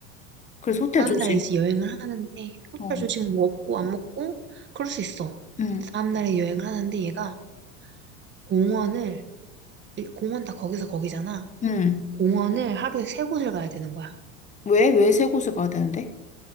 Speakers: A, on the left (about 20°); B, on the right (about 30°).
A: 그래서 호텔
B: 다음날에
A: 조식.
B: 이제 여행을 하는데 호텔
A: 어,
B: 조식 뭐 없고 안 먹고 그럴 수 있어.
A: 응,
B: 근데 다음날에 여행을 하는데 얘가 공원을 일- 공원 다 거기서 거기잖아.
A: 응.
B: 공원을 응, 하루에 세 곳을 가야 되는 거야.
A: 왜, 왜 세 곳을 가야 되는데?